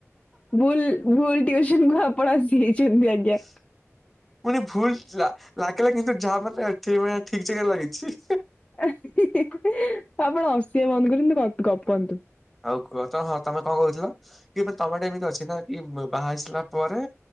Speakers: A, on the left (about 25°); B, in the centre.
A: ଭୁଲ ଭୁଲ ଟ୍ୟୁସନ କୁ ଆପଣ ଆସି ଯାଇଛନ୍ତି ଆଜ୍ଞା।
B: <inaudible> ପୁଣି ଭୁଲ ଠିଲା ଲାଗିଲା କିନ୍ତୁ ଯାହା ମାନେ ଠିମ ଠିକ ଜାଗାରେ ଲାଗିଛି।
A: ଏ ହିଁ ହିଁ ହିଁ ଆପଣ ହସିବା ବନ୍ଦ କରନ୍ତୁ ଗ ଗପନ୍ତୁ।
B: ଆଉ କୁହ ତ ହଁ ତମେ କଣ କହୁଥିଲ କି ତମ ଆଡେ ଏମିତି ଅଛି ନା କି ବାହା ହେଇସାଲା ପରେ